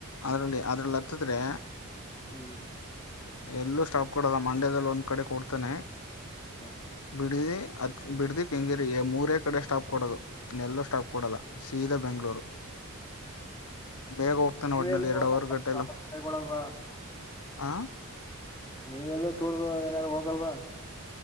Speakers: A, on the left; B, on the left.
A: ಅದರಲ್ಲಿ ಅತ್ತಿದ್ರೆ
B: ಹ್ಮ್ <inaudible>
A: ಎಲ್ಲೂ ಸ್ಟಾಪ್ ಕೊಡಲ್ಲ ಮಂಡ್ಯದಲ್ಲಿ ಒಂದ್ ಕಡೆ ಕೊಡ್ತಾನೆ.
B: ಹ್ಮ್
A: ಬಿಡ್ದಿ ಅದ್ ಬಿಡ್ದಿ, ಕೆಂಗೇರಿಗೆಮೂರೇ ಕಡೆ ಸ್ಟಾಪ್ ಕೊಡೋದು. ಎಲ್ಲೂ ಸ್ಟಾಪ್ಕೊಡೋಲ್ಲ ಸೀದ ಬೆಂಗಳೂರು ಬೇಗ ಹೋಗ್ತಾನ
B: ನೀವೆಲ್ಲೂ
A: ಒಟ್ನಲ್ಲಿ ಎರಡು ಅವರ್ ಗಂಟೆಲ್ಲ
B: ಪ್ರವಾಸ ಕೈಗೊಳಲ್ವಾ
A: ಆ
B: ನೀವೆಲ್ಲೂ ಟೂರ್ ಏನಾರು ಹೋಗಲ್ವಾ